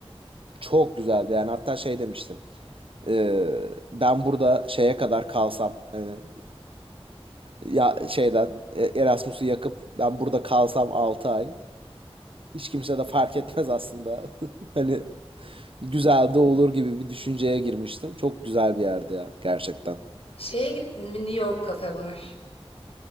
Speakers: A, on the right; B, on the left.
A: Çok güzeldi yani hatta şey demiştim. Ee, ben burada şeye kadar kalsam hani Ya şeyden e, Erasmus'u yakıp ben burada kalsam altı ay hiç kimse de fark etmez aslında. <laughs> Hani güzel de olur gibi bir düşünceye girmiştim. Çok güzel bir yerdi ya gerçekten.
B: Şeye gittin mi New York Cafe var.